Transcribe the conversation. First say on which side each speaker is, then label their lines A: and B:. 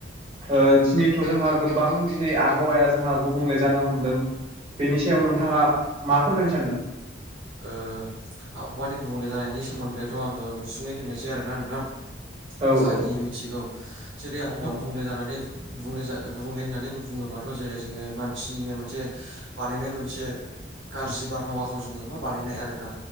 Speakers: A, on the right (about 30°); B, on the right (about 65°).
A: ओ दिनैथ' जोंहा गोबां दिनै आबहावाया जोंहा गुबुंले जानो हमदों बेनि सायाव नोंथाङा मा फोरमायनो सानदों?
B: ओ आबहावानि गुबुंले जानायनि सोमोन्दैथ' आङो गुसुुंङै होननोसै आरोना नोंथां
A: औ
B: जा
A: औ
B: खिनि मिथिगौ। जेरै आबहावा
A: औ
B: गुबुंले जानानै गुबुंले जा गुबुंले होननानै बुङोबाथ' जेरै जोङो मानसिनिनो मोनसे बानायनाय मोनसे गाज्रि बारहावाखौ जोङो मा बानायनाय आरोना